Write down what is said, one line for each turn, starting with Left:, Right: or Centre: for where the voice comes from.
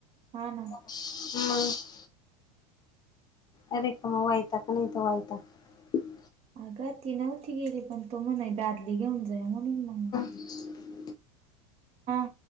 Right: हा ना,
Left: मग अ रिकाम वैताग नाही त वैताग
Right: अग ती नव्हती गेली पण तो म्हणे दादली घेऊन जाय. म्हणून मग
Left: <inaudible>
Right: हां,